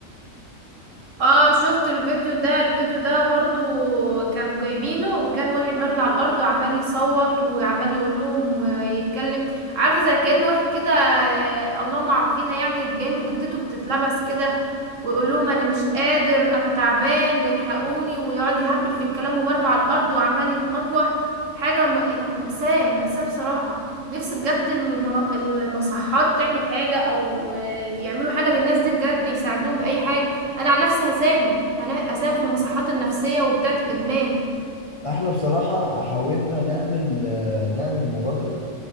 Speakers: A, on the right; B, on the left.
A: اه شفت الفيديو ده الفيديو ده برضو كان جايبينه وكان واحد مرمي على الارض وعمال يصوت وعمال يقول لهم ويتكلم عارفه زي كأن واحد كده آه، اللهم عافينا يعني كأنه جتته بتتلبس كده ويقول لهم انا مش قادر انا تعبان الحقوني ويقعد يهبل في الكلام ومرمي على الارض وعمال يتمطوح حاجه م- يعني مأساة مأساة بصراحه نفسي بجد المنا- المصحات تعمل حاجه او آه، يعملوا حاجه للناس دي بجد يساعدوهم بأي حاجه انا عن نفسي هساهم هنا- هساهم في المصحات النفسية وبتاعة الادمان
B: احنا بصراحة حاولنا نعمل آه، نعمل مبادرة